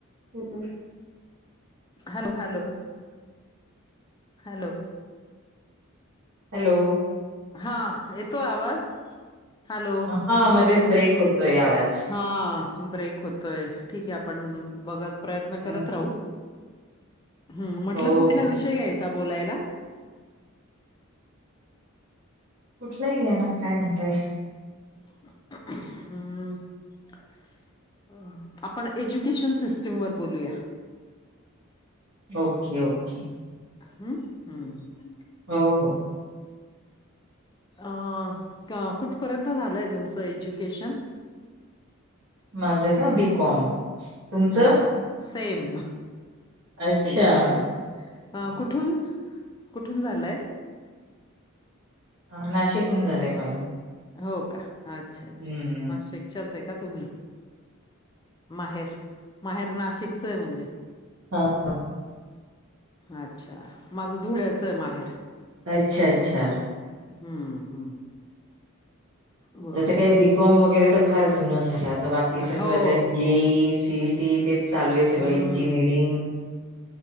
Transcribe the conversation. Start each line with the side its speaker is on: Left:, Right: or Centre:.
Right: <unintelligible>
Left: हॅलो हॅलो, हॅलो,
Right: हॅलो,
Left: हा, येतोय आवाज? हॅलो
Right: हा मध्येच ब्रेक होतोय आवाज.
Left: हां. ब्रेक होतोय. ठीक आहे आपण बघ प्रयत्न
Right: हं.
Left: करत राहू. हं. म्हटलं
Right: हो,
Left: कुठला
Right: हो.
Left: विषय घ्यायचा बोलायला?
Right: कुठलाही घ्या ना. काय म्हणताय?
Left: हं. अ आपण एज्युकेशन सिस्टीम वर बोलूया.
Right: Okay okay.
Left: हं? हं.
Right: हो हो.
Left: अ का कुठपर्यंत झालंय तुमचं एज्युकेशन?
Right: माझं का? बी कॉम. तुमचं?
Left: अ, सेम.
Right: अच्छा.
Left: Same same. अ
Right: हं.
Left: कुठून, कुठून झालंय?
Right: अ नाशिकहून झालंय माझं.
Left: हो का? अच्छा
Right: हं,
Left: अच्छा! नाशिकच्याच आहे का तुम्ही? माहेर, माहेर नाशिकच आहे म्हणजे?
Right: हं.
Left: अच्छा! माझं धुळ्याचं आहे माहेर.
Right: अच्छा अच्छा!
Left: हं हं. बरं.
Right: तर आता काय बीकॉम वगैरे तर फार जुनं झालं. आता बाकी सगळं
Left: हो,
Right: आता
Left: हो.
Right: जे ई, सी इ टी तेच चालू आहे सगळं.
Left: हं.
Right: इंजिनिअरिंग,